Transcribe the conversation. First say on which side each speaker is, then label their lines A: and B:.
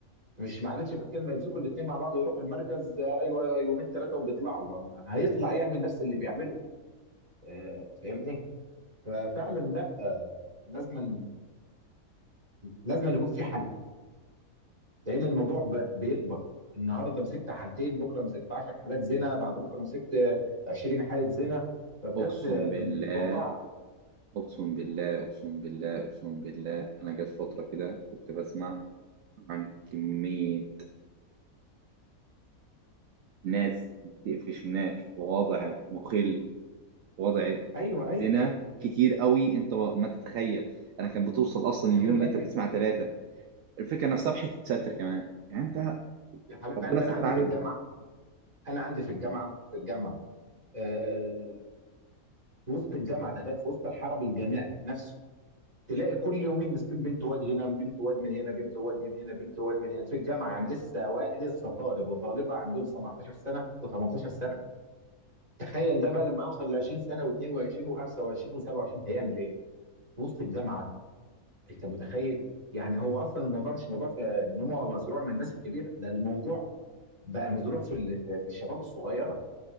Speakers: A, on the right; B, on the right.
A: مش معلش في الكلمه يمسكوا الاثنين مع بعض ويروحوا المركز آه، ايوه يومين ثلاثه وبيطلعوا ما- هيطلع يعمل نفس اللي بيعمله آه، فاهمني؟ ففعلا لا آه، لازما لازم أن يكون في حل لان الموضوع ب- بيكبر النهارده مسكت حالتين بكره مسكت 10 حالات زنا بعد بكره مسكت 20 حاله زنا فبجد
B: اقسم
A: ال-
B: بالله
A: الوضع
B: اقسم بالله اقسم بالله اقسم بالله انا جت فتره كده كنت بسمع عن كميه ناس بتقفش ناس في وضع مخل في وضع
A: ايوه ايوه
B: زنا كتير قوي انت ما تتخيل انا كان بتوصل اصلا
A: يا
B: اليوم
A: حبيب
B: اللي
A: قلبي
B: انت بتسمع ثلاثة الفكرة نفسها في حتة ستر كمان يعني انت
A: يا حبيب
B: ربنا
A: قلبي
B: ستر
A: انا عندي
B: عليك
A: في الجامعه انا عندي في الجامعه في الجامعه آه في وسط الجامعه تخيل في وسط الحرم الجامعي نفسه تلاقي كل يومين مسكين بنت واد هنا بنت واد من هنا بنت واد من هنا بنت واد من هنا في الجامعه يعني لسه و... لسه طالب وطالبه عندهم 17 سنه و18 سنه تخيل ده بقى لما يوصل ل 20 سنه و22 و25 و27 هيعمل ايه؟ في وسط الجامعه انت متخيل؟ يعني هو اصلا الموضوع مش موضوع في ان هو مزروع من الناس الكبيره ده الموضوع بقى مزروع في ال- في في الشباب الصغيره